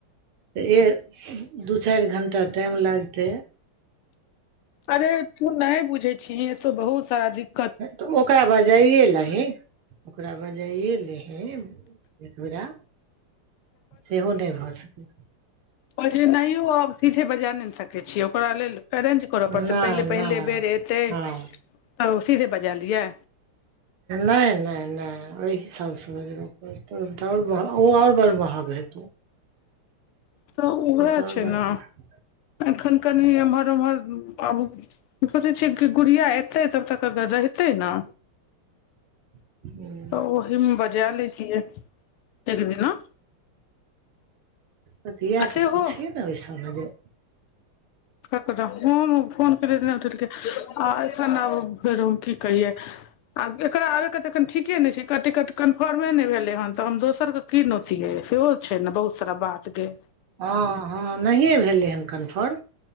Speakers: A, on the right (about 75°); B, on the left (about 80°).
A: तऽ ए दू चारि घंटा टाइम लागते
B: अरे तू नहि बुझे छीहीन एत बहुत सारा दिक-
A: तऽ ओकरा बजाइए लहीन ओकरा बजाइए लिहींन एकबेरा सेहो नहि भऽ सकै
B: नहियो आब सीधे बजा नय ने सकैत छीयै ओकरा लेल करैट अछि करऽ
A: नहि
B: पड़तै पहिले
A: नहि
B: पहिले बेर एतै
A: हँ
B: तऽ सीधे बजा लियै।
A: नै नै नै ओहि हिसाब से बजब परतै। ओल ओ आ और बड़ महंग हेतौ।
B: तऽ
A: ओ
B: उहो
A: तऽ आओर
B: छैय
A: बड़
B: नै।
A: महग
B: एखन कनि एमहर उम्हर आब। सोचै छियै की गुड़िया एतै तब तक एतह रहतै न।
A: <unintelligible>
B: तऽ ओहि मे बजा लेछीये एक दिना।
A: बतियाके
B: आ सेहो
A: पुछि ने ओहि सब जे।
B: ककरा हम फोन केलिये तऽनैउठेलके आ एखन आब फेरो की कहिये। आब एकरा आबे के तऽ अखन ठीके नै छैय। टिकट कन्फर्म नहि भेले हन तऽ हम दोसर के की नोतियए सेहो छैय ने बहुत सारा बात गे।
A: हाँ हाँ नहिये भेलै हन कन्फर्म।